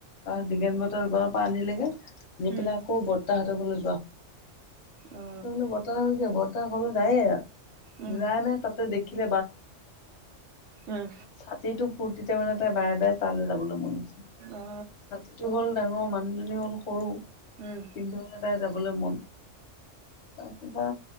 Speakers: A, on the left; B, on the right.
A: তাৰ দিগেনবট <unintelligible> আনিলেগে আনি
B: উম
A: পেলাই আকৌ বৰতাহঁতৰ ঘৰলে
B: অ
A: <inaudible> হলে বৰ্তা কি <inaudible> ত ঘৰলে যায়ে এ
B: উম
A: যায় নে তাতে দেখ <inaudible> <inaudible>
B: উম
A: ছাতিটো ফূৰ্তিতে মানে ত বাই বাই তালৈ যাবলৈ মন <unintelligible>
B: অ
A: ছাতিটো হ'ল ডাঙ মানুহজনী হল সৰু
B: উম
A: কিন্তু, তাই যাব। যাবলে মন ত', বা,